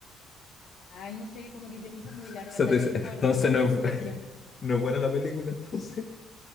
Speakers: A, on the left; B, on the left.
A: Ay, no sé, como que se me hizo
B: <laughs>
A: muy larga,
B: O sea,
A: tal
B: te dice,
A: vez
B: Entonces
A: por tantas
B: no
A: explosiones.
B: es, bu- <laughs> no es buena la película, entonces.